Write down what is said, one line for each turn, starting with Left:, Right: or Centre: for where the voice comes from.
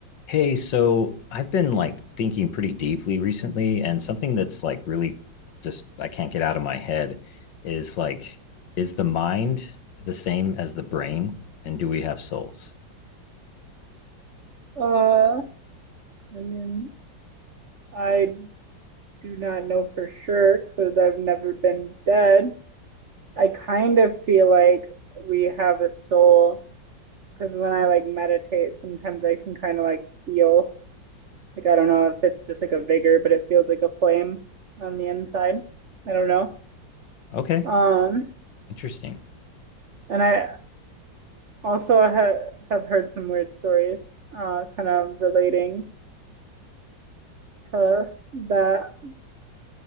Left: Hey, so I've been like thinking pretty deeply recently, and something that's like really just I can't get out of my head is like, is the mind the same as the brain? And do we have souls? <laughs>
Right: Uh, I mean, I do not know for sure because I've never been dead. I kind of feel like we have a soul because when I like meditate, sometimes I can kind of like feel like I don't know if it's just like a vigor, but it feels like a flame on the inside. I don't know.
Left: Okay,
Right: Um,
Left: interesting.
Right: and I also ha have heard some weird stories, uh, kind of relating to that.